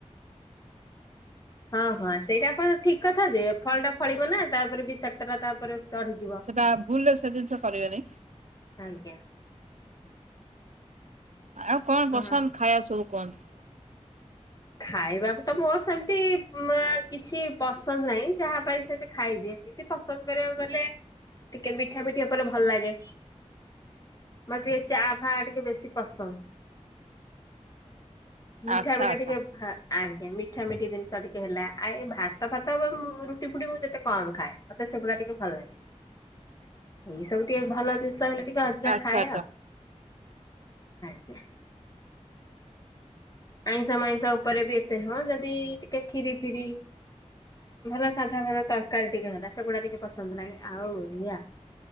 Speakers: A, on the left (about 30°); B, on the right (about 80°).
A: ହଁ ହଁ ସେଇଟା ଆପଣ ଠିକ କଥା ଯେ ଫଳ ଟା ଫଳିବ ନା ତାପରେ ବିଷାକ୍ତ ଟା ତାପରେ ଚଢିଯିବ।
B: ସେଟା ଭୁଲ ସେ ଜିନିଷ କରିବେନି।
A: ଆଜ୍ଞା।
B: ଆଉ କଣ
A: ହଁ
B: ପସନ୍ଦ ଖାଇବା ସବୁ କୁହନ୍ତୁ?
A: ଖାଇବାକୁ ତ ମୋର ସେମିତି ମା କିଛି ପସନ୍ଦ ନାହିଁ, ଯାହାପାରେ ସେମିତି ଖାଇଦିଅନ୍ତିି। ଏତ ପସନ୍ଦ କରିବାକୁ ଗଲେ ଟିକେ ମିଠା ମିଠି ଉପରେ ଭଲ ଲାଗେ। ମତେ ଟିକେ ଚା ଫା ଟିକେ ବେଶୀ ପସନ୍ଦ। ମିଠା
B: ଆଚ୍ଛା
A: ପିଠା
B: ଆଚ୍ଛା
A: ଟିକେ ହଁ ଆଜ୍ଞା ମିଠା ମିଠି ଜିନିଷ ଟିକେ ହେଲା, ଆ ଏ ଭାତ ଫାତବେ ରୁଟି ଫୁଟି ମୁଁ ଯେତେ କମ ଖାଏ। ମତେ ସେଗୁଡା ଟିକେ ଭଲ ଲାଗେ। ଏଇ ସବୁ ଟିକେ ଭଲ ଜିନିଷ ହେଲେ ଟିକେ ଅଧିକା
B: ଆଚ୍ଛା
A: ଖାଏ
B: ଆଚ୍ଛା
A: ଆଉ ଆଜ୍ଞା। ଆଇଁଷ ମାଇଁସ ଉପରେ ବି ଏତେ ନୁହଁ, ଯଦି ଟିକେ ଖିରି ଫିରି ଭଲ ସାଧା ଭଲ ତରକାରୀ ଟିକେ ହେଲା ସେଗୁଡା ଟିକେ ପସନ୍ଦ ଲାଗେ, ଆଉ ଆଜ୍